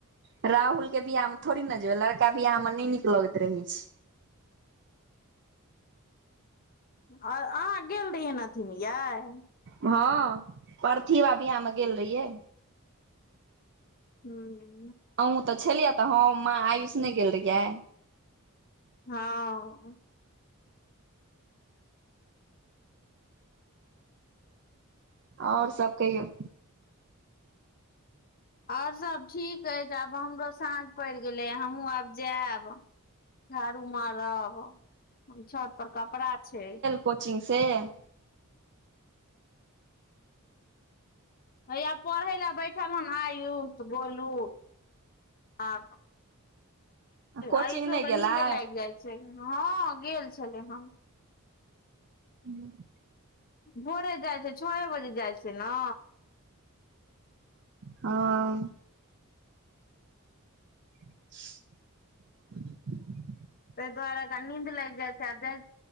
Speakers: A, on the right; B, on the left.
A: राहुल के बियाह मे थोड़ी ने जेबे लड़का बियाह मे नहि नीक लगैत रहै छै
B: आ अहाँ गेल रहियै ने अथीमे याय
A: हँ परथिवा बियाह मे गेल रहियै
B: हूँ
A: अहँ तऽ छलियै तऽ हम माँ आयुष नहि गेल रहियै
B: हँ
A: आओर सब कहियौ
B: आओर सब ठीक ह त आब हमरो साँझ पड़ि गेलै हमहु आब जायब झाड़ू मारब छत पर कपड़ा छै
A: कोचिंगसँ
B: हैया पढ़ै लए बैठल हन आयुष गोलू आप
A: कोचिंग
B: आयुषो
A: नहि
B: के
A: गेलै
B: नीदे लाग जाइ छै हँ गेल छलै हम
A: हू <inaudible>
B: भोरे जाइ छै छए बजे जाइ छै ने
A: हँ ह <inaudible>
B: ताहि दुआरे नीन्द लागि जाइ छै आ याइ